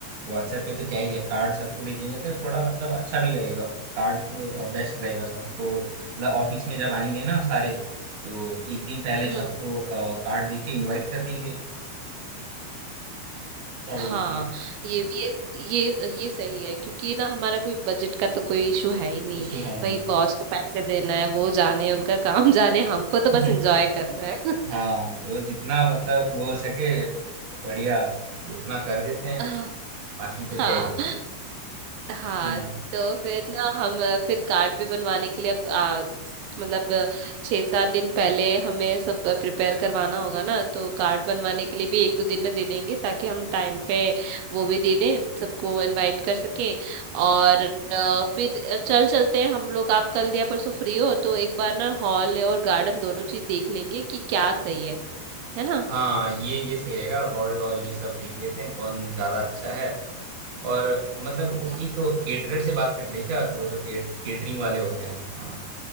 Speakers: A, on the right; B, on the right.
A: व्हाट्सएप पे तो क्या ही है कार्ड सबको भेजेंगे तो थोड़ा मतलब अच्छा भी लगेगा कार्ड तो बेस्ट रहेगा सबको मतलब ऑफिस में जब आएंगे ना सारे तो एक दिन पहले
B: हम्म
A: सबको अ, कार्ड दे के इनवाइट कर देंगे क्या बोलती
B: हाँ
A: है
B: ये ये ये ये सही है क्योंकि ना हमारा कोई बजट का तो कोई इशू है ही नहीं
A: इशू है नहीं
B: भाई बॉस को पैसे देना है वो जाने उनका काम <laughs> जाने हमको
A: <laughs>
B: तो बस एंजॉय करना है
A: हाँ तो जितना मतलब वो हो सके बढ़िया उतना कर देते
B: <laughs>
A: हैं बाकी
B: हाँ
A: तो क्या ही है
B: हाँ
A: हम्म
B: तो फिर ना हम अ, फिर कार्ड भी बनवाने के लिए अब आ, मतलब अ, छह सात दिन पहले हमें सब प्रिपेयर करवाना होगा ना तो कार्ड बनवाने के लिए भी एक दो दिन में दे देंगे ताकि हम टाइम पे वो भी दे दें सबको इनवाइट कर सके और अ, फिर अ, चल चलते हैं हम लोग आप कल या परसों फ्री हो तो एक बार ना हॉल और गार्डन दोनों चीज देख लेंगे कि क्या सही है है ना
A: हाँ ये ये सही रहेगा हॉल और ये सब देख लेते हैं कौन ज्यादा अच्छा है और मतलब वो
B: हाँ
A: एक केटरर से बात कर ले क्या वो जो केट केटरिंग वाले होते हैं हाँ